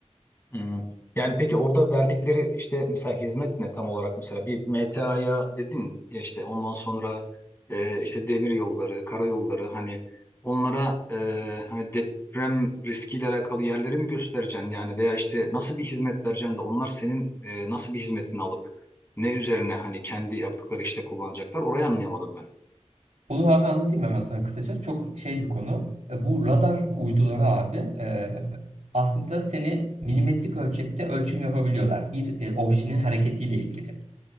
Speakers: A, on the left; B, on the right.
A: Hmm. Yani peki orada verdikleri işte mesela hizmet ne tam olarak mesela bir MTA'ya dedin ya işte ondan sonra e, işte demir yolları, karayolları hani onlara e, hani deprem riskiyle alakalı yerleri mi göstereceksin yani veya işte nasıl bir hizmet vereceksin de onlar senin e, nasıl bir hizmetini alıp ne üzerine hani kendi yaptıkları işte kullanacaklar orayı anlayamadım ben.
B: Onu abi anlatayım hemen sana kısaca. Çok şey bir konu. E, bu radar uyduları abi e, aslında seni milimetrik ölçekte ölçüm yapabiliyorlar. Bir e, objenin hareketiyle ilgili.